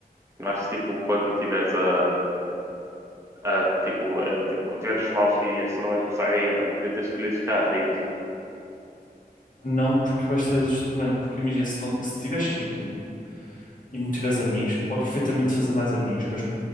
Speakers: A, on the right; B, on the left.
A: Não achas, tipo, quando estiveres a, a, tipo, a, tipo, quando tiveres os maus dias, tu não vais pensar, ei, mano, devia ter escolhido ficar rico.
B: Não porque vais ter. os- Mano, porque imagina, se não, se estiveres rico e não tiveres amigos, podes perfeitamente fazer mais amigos, mas